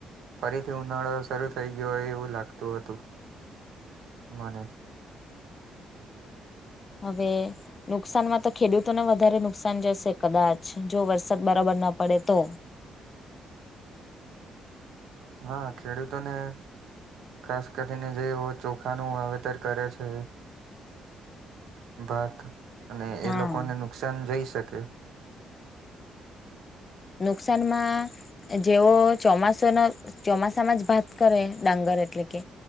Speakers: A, on the right (about 75°); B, on the left (about 35°).
A: ફરીથી ઉનાળો શરૂ થઈ ગયો હોય એવું લાગતું હતું મને.
B: હવે. નુકસાનમાં તો ખેડૂતોને વધારે નુકસાન જશે કદાચ જો વરસાદ બરાબર ના પડે તો.
A: હા ખેડૂતોને. ખાસ કરીને જે ચોખા નું વાવેતર કરે છે. ભાત અને
B: હા
A: એ લોકોને નુકસાન જઈ શકે.
B: નુકસાનમાં. જેવો ચોમાસોના ચોમાસામાં જ ભાત કરે ડાંગર એટલે કે